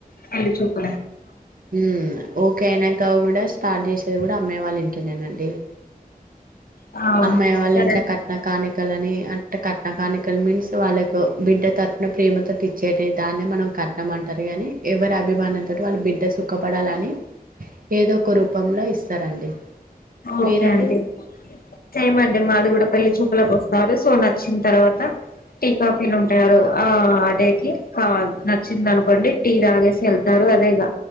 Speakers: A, on the left; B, on the right.
A: పెళ్ళి చూపులా
B: మ్ ఓకే అయినాక కూడా స్టార్ట్ చేసేది కూడా అమ్మా యి వాళ్ళ ఇంట్లోనేనండి బడి
A: ఆ
B: అమ్మాయి వాళ్ళ
A: సరే
B: ఇంట్లో కట్న కానికలు అని అంటే కట్నా కానికలు మీన్స్ వాళ్ళకు బిడ్డ తరుపున ప్రేమతో తెచ్చేట దాన్ని మనం కట్నమంటారు కానీ ఎవరి అభిమానంతో వాళ్ళు బిడ్డ సుఖపడాలని ఏదో ఒక రూపంలో ఇస్తారండి
A: ఓకే
B: మీరండి
A: అండి సేమ్ అండి మాది కూడా పెళ్లి చూపులకి వస్తారు నచ్చిన తర్వాత టీ కాఫీలు ఉంటాయి ఆ రోజుకి నచ్చింది అనుకోండి టీ తాగేసి వెళ్తారు అదే ఇగ